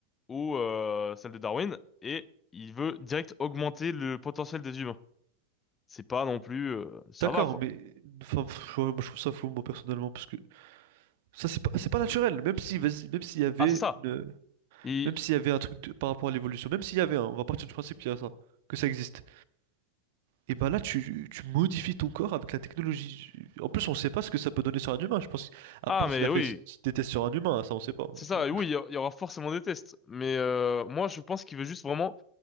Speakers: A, on the left; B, on the right.
A: ou euh, celle de Darwin, et il veut direct augmenter le potentiel des humains. C'est pas non plus, euh, ça
B: D'accord,
A: va, quoi.
B: mais enfin, pff, ouais, moi je trouve ça fou moi personnellement parce que ça c'est pas c'est pas naturel. Même si vas-y, même s'il y avait
A: Ah, c'est ça.
B: une-
A: Il...
B: même s'il y avait un truc de- par rapport à l'évolution, même s'il y avait un, on va partir du principe qu'il y a ça, que ça existe. Et ben là tu, tu modifies ton corps avec la technologie. En plus on sait pas ce que ça peut donner sur un humain. Je pense à
A: Ah,
B: part
A: mais
B: s'il a
A: oui.
B: fait des tests sur un humain, ça on sait pas. hein,
A: C'est ça,
B: mais-
A: et oui, il y, a- il y aura forcément des tests. Mais euh, moi, je pense qu'il veut juste vraiment